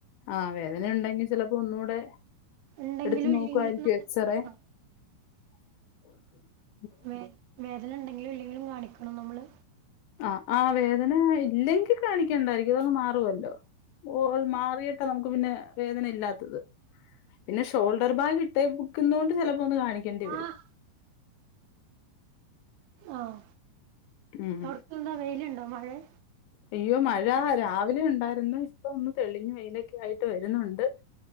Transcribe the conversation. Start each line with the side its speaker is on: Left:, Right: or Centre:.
Left: ആഹ് വേദന ഉണ്ടെങ്കിൽ ചെലപ്പോ ഒന്നുടെ
Right: ഇണ്ടെങ്കിലും
Left: എടുത്തു നോക്കായിരിക്കും
Right: ഇല്ലെങ്കിലും നമ്മള്
Left: എക്സ്റേ.
Right: കാണിക്കണം
Left: <inaudible>
Right: വേ വേദന ഇണ്ടെങ്കിലും ഇല്ലെങ്കിലും കാണിക്കണം നമ്മള്.
Left: ആഹ് ആഹ് വേദന ഇല്ലെങ്കി കാണിക്കണ്ട ഇതങ്ങ് മാറുവല്ലോ ഓ മാറിയി ട്ട നമുക്ക് പിന്നെ വേദന ഇല്ലാത്തത്. പിന്നെ ഷോൾഡർ ബാഗ് ഇട്ടേ ബുക്കുന്നൊണ്ട് ചെലപ്പോ ഒന്ന് കാണിക്കേണ്ടി വരും.
Right: ആഹ് ആഹ്.
Left: ഉം
Right: പൊർത്തന്താ വെയില്ണ്ടോ മഴേ?
Left: അയ്യോ മഴ രാവിലെ ഉണ്ടായിരുന്നു ഇപ്പം ഒന്ന് തെളിഞ് വെയിലൊക്കെ ആയിട്ട് വരുന്നുണ്ട്.